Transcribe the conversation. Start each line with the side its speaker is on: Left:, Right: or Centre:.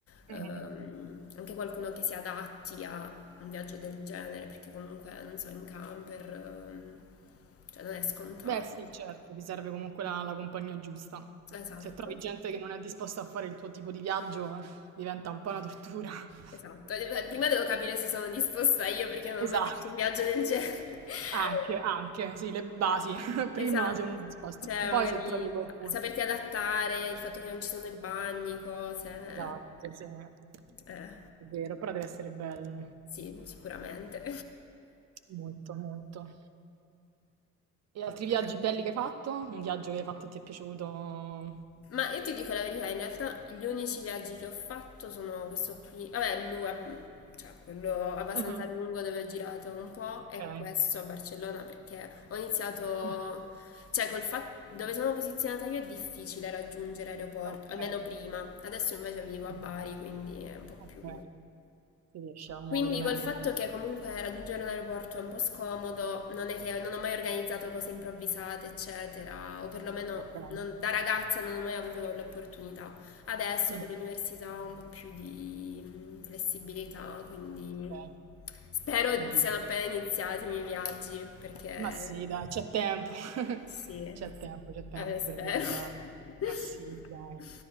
Left: ehm,
Right: Mhm.
Left: anche qualcuno che si adatti a un viaggio del genere, perché comunque, non so, in camper, ehm, cioè non è scontato.
Right: Beh, sì, certo, ti serve comunque la, la compagnia giusta.
Left: Esatto.
Right: Se trovi gente che non è disposta a fare il tuo tipo di viaggio, eh, diventa un po' una tortura. <laughs>
Left: Esatto, e beh, prima devo capire se sono disposta io perché non ho
Right: Esatto,
Left: mai fatto un viaggio del genere. <laughs>
Right: anche, anche, sì, le basi.
Left: Eh,
Right: <laughs> Prima
Left: esatto,
Right: sei uno disposto,
Left: cioè
Right: e poi
Left: magari
Right: se trovi qualcuno.
Left: saperti adattare, il fatto che non ci sono i bagni, cose.
Right: Esatto, sì, è
Left: Eh,
Right: vero, però deve essere bello,
Left: sì, sicuramente.
Right: molto, molto. E altri viaggi belli che hai fatto? Un viaggio che hai fatto e ti è piaciuto?
Left: <laughs> Ma io ti dico la verità, in realtà gli unici viaggi che ho fatto sono questo qui, vabbè, l'UA, cioè quello abbastanza
Right: Mh-mh.
Left: lungo dove ho girato un po' e
Right: Okay.
Left: questo a Barcellona perché ho iniziato
Right: Mh.
Left: Cioè, col fatto dove sono posizionata io è difficile raggiungere l'aeroporto,
Right: Okay.
Left: almeno prima. Adesso invece vivo
Right: Mh-mh.
Left: a Bari, quindi è un po'
Right: Okay.
Left: più...
Right: Ti riesci a muovere
Left: Quindi
Right: meglio.
Left: col fatto che comunque raggiungere un aeroporto è un po' scomodo, non è che non ho mai organizzato cose improvvisate, eccetera, o perlomeno
Right: Okay.
Left: non- da ragazza non ho mai avuto l'opportunità. Adesso
Right: Mh.
Left: con l'università ho un po' più di mm, flessibilità, quindi
Right: Okay.
Left: spero
Right: Quindi
Left: siano
Right: dici
Left: appena iniziati i miei viaggi, perché...
Right: ma sì dai, c'è tempo. <laughs>
Left: Sì,
Right: C'è tempo, c'è tempo
Left: Eh, spero
Right: per viaggiare.
Left: <laughs>
Right: Ma sì dai.